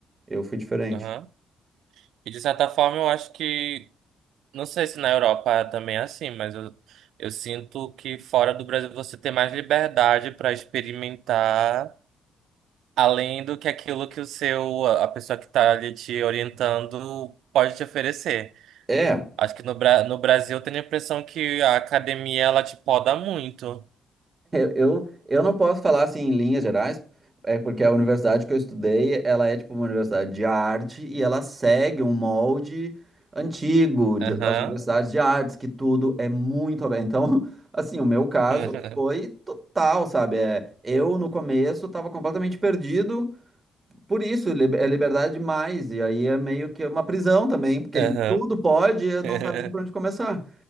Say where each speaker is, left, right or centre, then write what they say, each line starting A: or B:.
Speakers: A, on the right; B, on the right.
A: eu fui diferente.
B: Aham. E de certa forma eu acho que. Não sei se na Europa também é assim, mas eu, eu sinto que fora do Brasil você tem mais liberdade para experimentar, além do que aquilo que o seu, a pessoa que está ali te orientando pode te oferecer.
A: É, <laughs>
B: Acho que no, Bra- no Brasil eu tenho a impressão que a academia ela te poda muito.
A: eu, eu não posso falar assim em linhas gerais, é porque a universidade que eu estudei, ela é tipo uma universidade de arte e ela segue um molde antigo de-
B: Aham.
A: das universidades de artes, que tudo é muito aberto. Então, <laughs> assim, o meu caso
B: <laughs>
A: foi total, sabe? É, eu no começo estava completamente perdido, por isso lib- é liberdade demais, e aí é meio que uma prisão também, porque
B: Aham.
A: <laughs> tudo pode e eu não sabe
B: <laughs>
A: nem por onde começar.